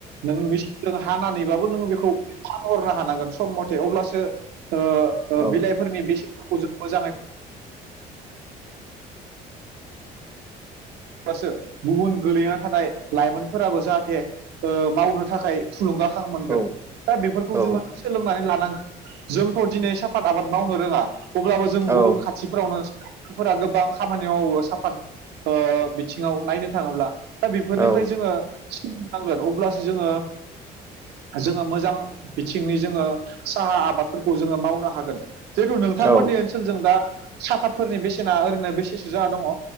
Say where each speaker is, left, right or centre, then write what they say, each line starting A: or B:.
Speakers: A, on the right (about 75°); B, on the right (about 15°).
A: नों मिसि जों हानानैबाबो नोङो बेखौ फानहरनो हानांगोन सम मथे अब्लासो ओ ओ
B: औ
A: बिलाइ फोरनि बेसेनखौ जों मोजाङै गुबुन गोलैना थानाय लाइमोनफोराबो जाहाथे ओ मावनो थाखाय थुलुंगाखां मोनगोन
B: औ
A: दा बेफोरखौ
B: औ
A: जोङो सोलोंनानै लानांगोन जोंथ' दिनै साफाद आबाद मावनो रोङा अब्लाबो जों
B: औ
A: गुबुन खाथि फोरावनो फोर गोबां खामानि मावो साफात ओ बिथिङाव नायनो थाङोब्ला दा बेफोरनिफ्राय
B: औ
A: जोङो सलिनांगोन अब्लासो जोङो जोङो मोजां बिथिंनि जोङो साहा आबादफोरखौ जोङो मावनो हागोन जिहेथु नोंथांमोननि
B: औ
A: ओनसोलजों दा साफातफोरनि बेसेना ओरैनो बेसेसो जा दङ